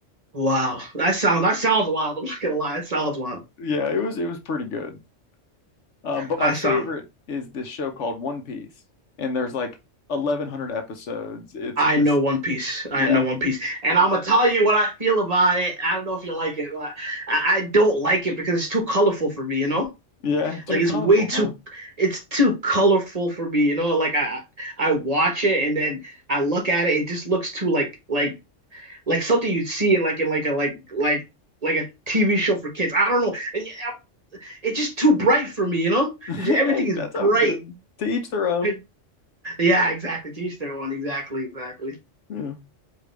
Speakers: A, on the right; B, on the left.
A: Wow, that sounds that sounds wild. I'm not gonna lie, that sounds wild.
B: Yeah, it was it was pretty good. Um, but
A: That
B: my favorite
A: sound.
B: is this show called One Piece, and there's like 1,100 episodes. It's
A: I
B: just
A: know One Piece. I
B: yeah,
A: know One Piece, and I'm gonna tell you what I feel about it. I don't know if you like it. But I, I don't like it because it's too colorful for me. You know.
B: yeah, too
A: Like
B: colorful,
A: it's way too
B: huh?
A: it's too colorful for me, you know? Like I I watch it and then I look at it, it just looks too like like like something you'd see in like in like a like like like a TV show for kids. I don't know. Yeah, It's just too bright for me, you know?
B: <laughs> hey,
A: It's- just- Everything is
B: that's
A: bright.
B: all good. To each their own.
A: <laughs> Yeah, exactly. To each their own. Exactly, exactly.
B: Yeah.